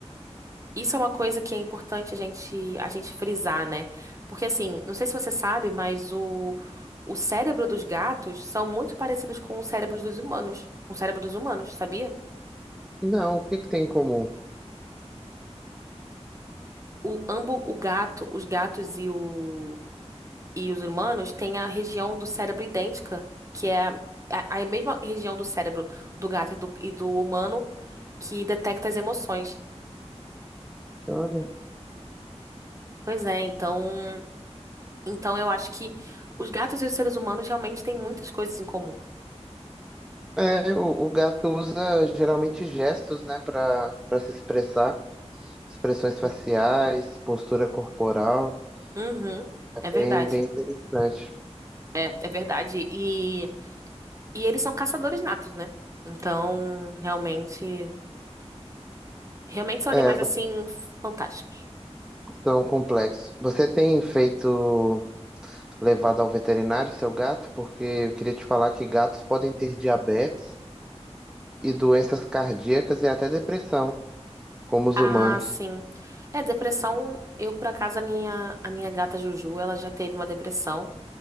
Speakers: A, on the right; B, in the centre.
A: isso é uma coisa que é importante a gente, a gente frisar, né? Porque assim, não sei se você sabe, mas o, o cérebro dos gatos são muito parecidos com o cérebro dos humanos. Com o cérebro dos humanos, sabia?
B: Não, o que que tem em comum?
A: O, ambos, o gato, os gatos e o, e os humanos têm a região do cérebro idêntica, que é a, a- a mesma região do cérebro do gato e do, e do humano que detecta as emoções.
B: Olha.
A: Pois é, então, então eu acho que os gatos e os seres humanos realmente têm muitas coisas em comum.
B: É, o, o gato usa geralmente gestos, né, para para se expressar. Expressões
A: Sim.
B: faciais, postura corporal.
A: Uhum,
B: É
A: é verdade.
B: bem, bem interessante.
A: É, é verdade. E, e eles são caçadores natos, né? Então, realmente, realmente são animais
B: É,
A: assim fantásticos.
B: são complexos. Você tem feito levado ao veterinário, seu gato, porque eu queria te falar que gatos podem ter diabetes e doenças cardíacas e até depressão, como os
A: Ah,
B: humanos.
A: sim. É, depressão. Eu, por acaso, a minha, a minha gata Juju, ela já teve uma depressão